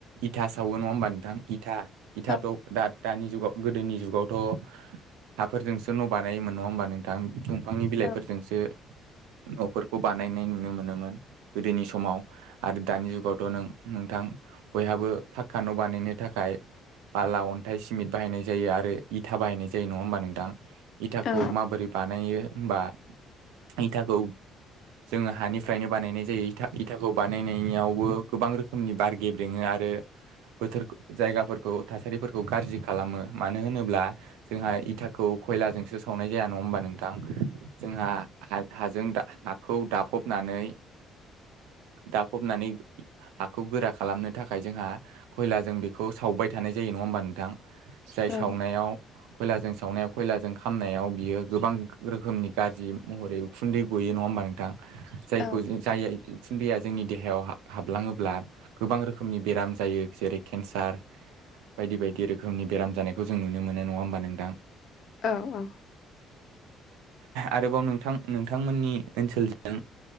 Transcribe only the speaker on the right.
इथा सावो नङा होमबा नोंथां इथा इथाथ'
दा दानि जुगाव गोदोनि जुगावथ' हाफोरजोंसो न' बानायोमोन नङा होमबा नोंथां? दंफांनि बिलाइफोरजोंसो
न'फोरखौ बानायनाय नुनो मोनोमोन गोदोनि समाव आरो दानि जुगावथ' नों नोंथां बयहाबो पाक्कान' बानायनो थाखाय बाला अनथा नाथाय सिमेन्ट बाहायनाय जायो आरो इथा बाहायनाय जायो नङा होमबा नोंथां इथाखौ
माबोरै बानायो? होनबा इथाखौ जोङो हानिफ्रायनो बानायनाय जायो इा इथाखौ बानायनायावबो गोबां रोखोमनि बार गेब्रेङो आरो आरो बोथोर जायगाफोरखौ थासारि फोरखौ गाज्रि खालामो मानो होनोब्ला जोंहा इथाखौ खयलाजोंसो सावनाय जाया नङा होमबा नोंथां? जोंहा हाजों हाखौ दाफबनानै दाफबनानै हाखौ गोरा खालामनो थाखाय जोंहा खयलाजों बेखौ सावबाय थानाय जायो। जायो नङा होमबा नोंथां जाय
सावनायाव खयलाजों सावनायाव खयलाजों खामनायाव बियो गोबां रोखोमनि गाज्रि महरै उखुन्दै गयो नङा होमबा नोंथां? जायखौ
जाय फुनन्दया जोंनि देहायाव हाबलाङोब्ला गोबां रोखोमनि बेराम जायो, जेरै केन्सार बायदि बायदि रोखोमनि बेराम जानायखौ जों नुनो मोनो नङा होमबा नोंथां?
आरोबाव नोंथां नोंथांमोननि ओनसोलजों